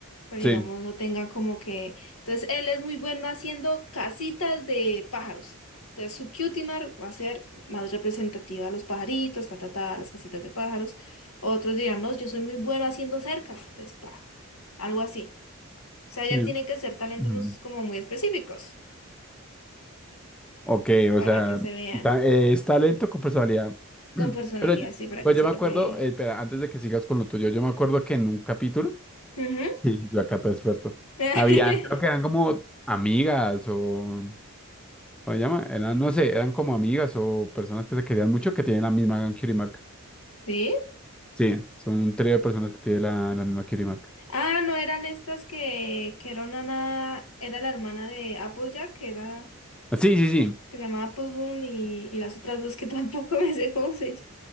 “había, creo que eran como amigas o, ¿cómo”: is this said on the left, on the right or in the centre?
Centre